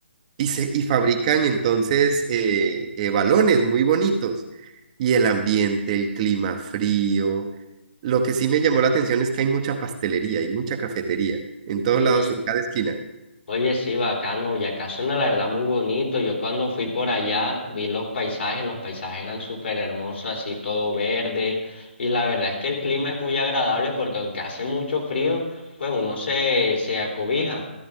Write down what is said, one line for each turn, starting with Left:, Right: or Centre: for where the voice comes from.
Right: y, se, y fabrican entonces eh, eh, balones muy bonitos. Y el ambiente, el clima frío. Lo que sí me llamó la atención es que hay mucha pastelería y mucha cafetería en todos
Left: sí.
Right: lados, en cada esquina.
Left: Oye, sí, bacano. Y acá suena la verdad muy bonito. Yo cuando fui por allá vi los paisajes, los paisajes eran súper hermosos, así todo verde. Y la verdad es que el clima es muy agradable porque aunque hace mucho frío, pues uno se, se acobija.